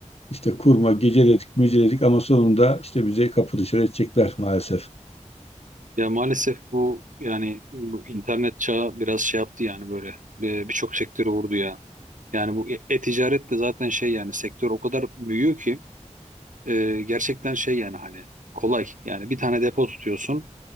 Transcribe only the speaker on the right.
Ya maalesef bu yani bu internet çağı biraz şey yaptı yani böyle bir- birçok sektörü vurdu ya. Yani bu e- e-ticaret de zaten şey yani sektör o kadar büyüyor ki e, gerçekten şey yani hani kolay. Yani bir tane depo tutuyorsun.